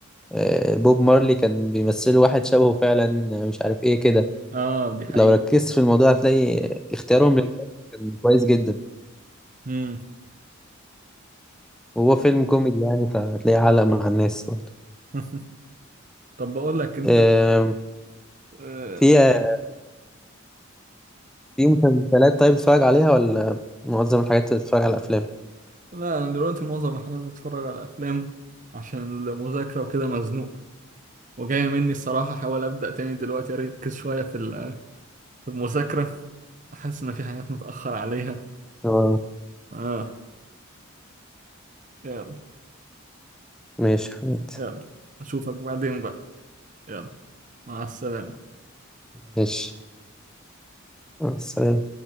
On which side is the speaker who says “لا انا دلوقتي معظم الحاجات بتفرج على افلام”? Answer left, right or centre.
Right